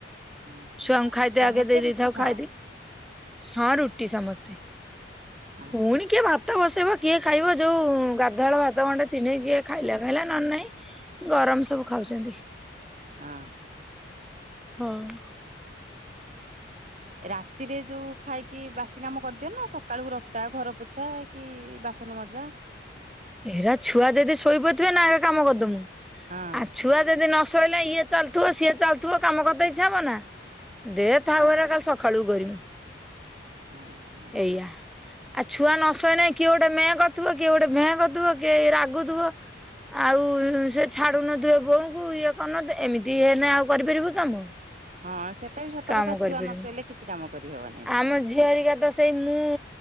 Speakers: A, on the right; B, in the centre.
A: ହଁ ହୁଁ
B: ଛୁଆଙ୍କୁ ଖାଇତେ
A: ସମସ୍ତେ
B: ଆଗେ ଦେଇ ଦେଇଥାଉ
A: ରୁଟି ଖାଆ।
B: ଖାଇଦି ହଁ ରୁଟି ସମସ୍ତେ
A: ହଁ
B: ପୁଣି କିଏ ଭାତ ବସେଇବ କିଏ ଖାଇବ ଯୋଉ ଗାଧୁଆଳ ଭାତ ଗଣ୍ଡେ ଥିନେ ଯିଏ ଖାଇଲା ଖାଇଲା ନହନେ ନାହିଁ ଗରମ ସବୁ ଖାଉଛନ୍ତି
A: ହଁ
B: ହଁ।
A: ହ ରାତିରେ ଯୋଉ ଖାଇକି ବାସି କାମ କରିଦିଏ ନା ସକାଳକୁ ରକ୍ତା ଘର ପୋଛା କି ବାସନ ମଜା
B: ଏରା ଛୁଆ ଯଦି ଶୋଇପାରୁଥିବେ ନା କାମ କରିଦବୁ
A: ହଁ।
B: ଆ ଛୁଆ ଯଦି ନ ଶୋଇଲା ଇଏ ଚାଲୁଥିବ ସିଏ ଚାଲ ତୁ କାମ କରିତେ ଇଚ୍ଛା ହବ ନା ଦେ ଥାଉ ଏରା କାଲି ସକାଳୁ କରିମୁ।
A: ହଁ ହଁ।
B: ୟା। ଆ ଛୁଆ ନ ଶୋଇନେ କିଏ ଗୋଟେ ମେଁ କରୁଥିବ କିଏ ଗୋଟେ ଭେଁ କରୁଥିବ କିଏ ରାଗୁଥିବ। ଆଉ ସେ ଛାଡୁନଥିବେ ବୋଉଙ୍କୁ ଇଏ କରୁ ନ ଥିବେ ଏମିତି ହେନେ ଆଉ କରିପାରିବୁ କି କାମ।
A: ହଁ ସେଟା ବି ସତ
B: କାମ
A: କଥା
B: କରିପାରିବୁ
A: ଛୁଆ ନ ଶୋଇଲେ କିଛି କାମ କରିହବନି।
B: ଆମ ଝିଅ ହରିକା ତ ସେଇ ମୁଁ